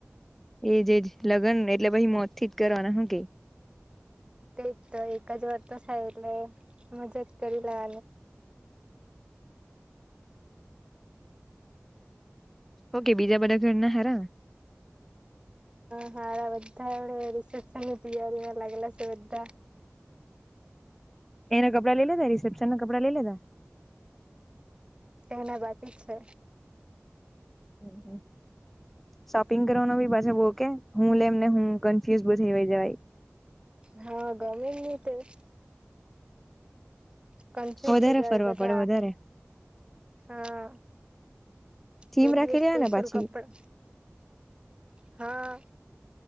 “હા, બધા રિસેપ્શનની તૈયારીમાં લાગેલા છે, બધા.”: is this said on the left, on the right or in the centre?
Right